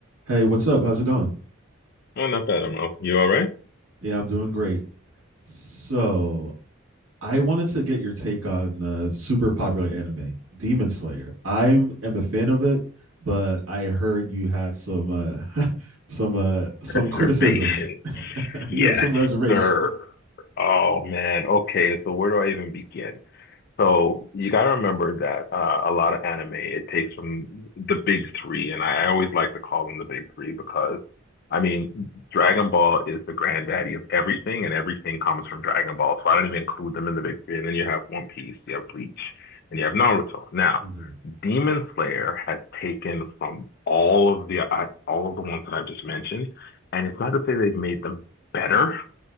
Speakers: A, on the right; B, on the left.
A: Hey, what's up? How's it going?
B: Oh, not bad, ML. You all right?
A: Yeah, I'm doing great. So, I wanted to get your take on the super popular anime, Demon Slayer. I am a fan of it, but I heard you had some uh <laughs> some uh some
B: Reservations.
A: criticisms. <laughs>
B: Yes,
A: Yeah, some reservations.
B: sir. Oh man. Okay, so where do I even begin? So you gotta remember that uh, a lot of anime it takes from the big three, and I always like to call them the big three because I mean Dragon Ball is the granddaddy of everything, and everything comes from Dragon Ball. So I don't even include them in the big three. And then you have One Piece, you have Bleach, and you have Naruto. Now
A: hmm
B: Demon Slayer has taken from all of the I, all of the ones that I've just mentioned, and it's not to say they've made them better.